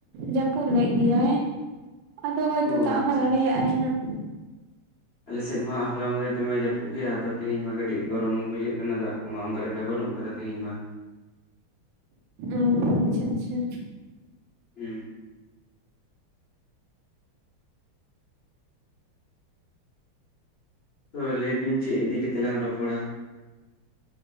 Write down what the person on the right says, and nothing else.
ᱡᱟᱹᱯᱩᱫ ᱞᱮᱫ ᱜᱮᱭᱟᱹᱭ ᱟᱫᱚ ᱦᱚᱭ
ᱛᱳ ᱫᱟᱜ
ᱦᱚᱸ ᱫᱟᱲᱮᱭᱟᱜᱼᱟᱭ ᱦᱟᱸᱜ
ᱚᱻ ᱟᱪᱪᱷᱟ ᱟᱪᱪᱷᱟ